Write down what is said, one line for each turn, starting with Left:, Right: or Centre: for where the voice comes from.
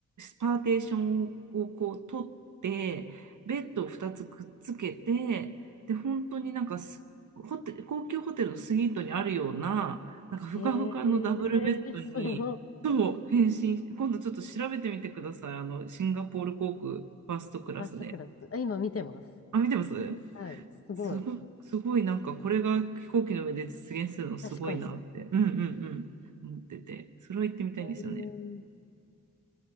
Right: パーテーションをこう取って、ベッドを2つくっつけて、で、本当になんかすホテ、高級ホテルのスイートにあるような、なんかふかふかのダブルベッドに、
Left: へえ、すごい。フ
Right: と変身、今度ちょっと調べてみてください。あの、シンガポール航空ファーストクラスで。
Left: ァーストクラス。あ、今見てます。
Right: あ、見てます
Left: はい、すごい。
Right: すごい、すごいなんかこれが飛行機の上で実現するのすごいなってうんうんうん。
Left: 確かに。へ
Right: 思ってて、それは行ってみたいんですよね。
Left: え